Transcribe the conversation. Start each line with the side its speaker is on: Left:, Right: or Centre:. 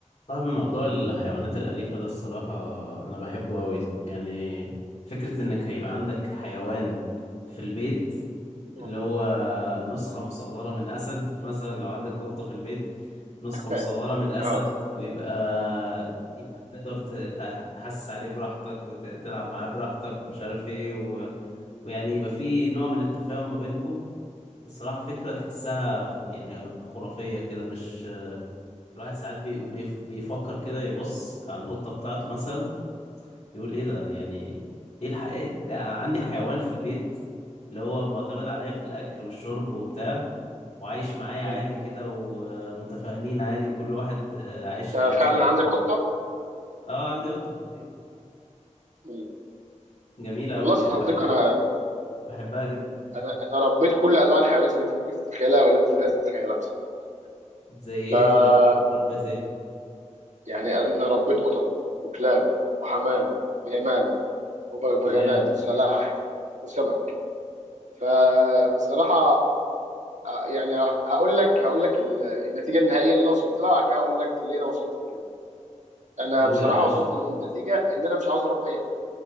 Left: طب موضوع الحيوانات الأليفة ده الصراحة أنا بحبه أوي يعني فكرة إنك هيبقى عندك حيوان في البيت
Right: مم.
Left: اللي هو نسخة مصغرة من أسد مثلا لو عندك قطة في البيت نسخة
Right: <laughs>
Left: مصغرة من الأسد
Right: اه
Left: ويبقى يبقى تقدر ت- ت- تحسس عليه براحتك وتلعب معاه براحتك ومش عارف إيه و... ويعني يبقى في نوع من التفاهم ما بينكو الصراحة فكرة تحسها خ- يعني خرافية كده مش الواحد ساعات بي... بيف- بيفكر كده يبص على القطة بتاعته مثلا يقول ايه ده يعني ايه الح... إيه ده أنا عندي حيوان في البيت اللي هو معتمد عليا في الأكل والشرب وبتاع وعايش معايا
Right: مم.
Left: عادي كده ومتفاهمين عادي وكل واحد آه، عايش
Right: انت
Left: حياته
Right: فعلا
Left: كده
Right: عندك قطه
Left: اه عندي قطة في البيت
Right: مم.
Left: جميلة
Right: والله
Left: أوي
Right: يا صديقي
Left: يعني بحب...
Right: انا
Left: بحبها جدا
Right: انا انا ربيت كل انواع الحيوانات اللي انت ممكن تتخيلها ولا أنت لا تتخيلها
Left: زي ايه
Right: <laughs>
Left: طيب
Right: ف
Left: ربيت ايه
Right: يعني انا ربيت قطط وكلاب وحمام ويمام وبغبغانات
Left: جامد
Right: وسلاحف وسمك فبصراحه آه، يعني هقول لك هقول لك ال- النتيجه النهائيه اللي انا وصلت لها وبعد كده هقول لك ليه انا وصلت لكده انا
Left: قول
Right: بصراحه
Left: يا باشا
Right: وصلت للنتيجه ان انا مش عاوز اربي اي حاجه